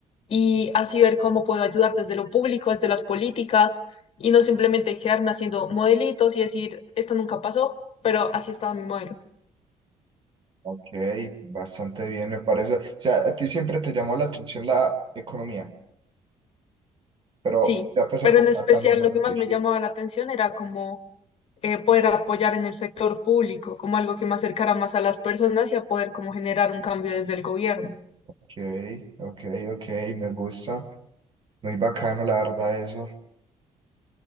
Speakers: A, on the left; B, on the right.
A: y así ver cómo puedo ayudar desde lo público, desde las políticas. Y no simplemente quedarme haciendo modelitos y decir, esto nunca pasó, pero así estaba mi modelo.
B: Ok, bastante bien, me parece. O sea, a ti siempre te llamó la atención la economía, pero
A: Sí,
B: ya pues
A: pero
B: enfocada
A: en especial
B: también en
A: lo
B: lo
A: que
B: que
A: más
B: dijiste.
A: me llamaba la atención era como eh, poder apoyar en el sector público, como algo que me acercara más a las personas y a poder como generar un cambio desde el gobierno.
B: Ok, ok, ok, me gusta. Muy bacano, la verdad, eso.